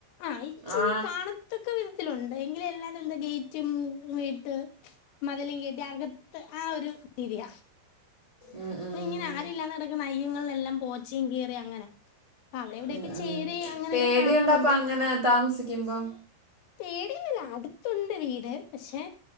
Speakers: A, on the left (about 80°); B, on the right (about 20°).
A: ആ ഇച്ചിരി
B: ആ
A: കാണ ത്തക്കെ വിധത്തിലുണ്ട് എങ്കിലും എല്ലാരും എന്താ ഗേറ്റും വീട്ട് മതിലും കേറ്റ് അകത്ത് ആ ഒരു രീതിയ
B: ഉം,
A: അപ്പൊ
B: ഉം,
A: ഇങ്ങനെ ആരല്ലാന്ന് കിടക്കുന്ന നയ്യങ്ങളെല്ലാം പോച്ചയും കീറിയ അങ്ങനെ അപ്പ അവിടെ എവിടെയൊക്കെ
B: ഉം, ഉം.
A: ചേരി അങ്ങനെയൊക്കെ
B: പേടിയുണ്ടോ
A: കാണാറുണ്ട്
B: അപ്പൊ അങ്ങനെ താമസിക്കുമ്പോ
A: പേടിയൊന്നുല്ല അടുത്തുണ്ട് വീട് പക്ഷെ